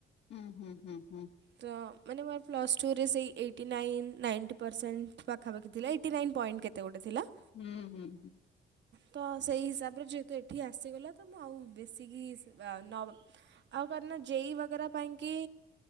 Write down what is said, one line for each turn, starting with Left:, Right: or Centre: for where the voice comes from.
Left: ହୁଁ ହୁଁ ହୁଁ ହୁଁ।
Right: ତ ମାନେ ମୋର ପ୍ଲସ୍ ଟୁରେ ସେଇ ଏଇଟୀନାଇନ ନାଇଣ୍ଟି ପରସେଣ୍ଟ ପାଖାପଖି ଥିଲା ଏଇଟିନାଇନ ପଏଣ୍ଟ କେତେ ଗୋଟେ ଥିଲା
Left: ହୁଁ ହୁଁ।
Right: ତ ସେଇ ହିସାବରେ ଯେହେତୁ ଏଠି ଆସିଗଲା ତ ମୁଁ ଆଉ ବେଶିକି ସେବା ନ ଆଉ କରିନା ଜେଇ ବଗେରା ପାଇଁ କିି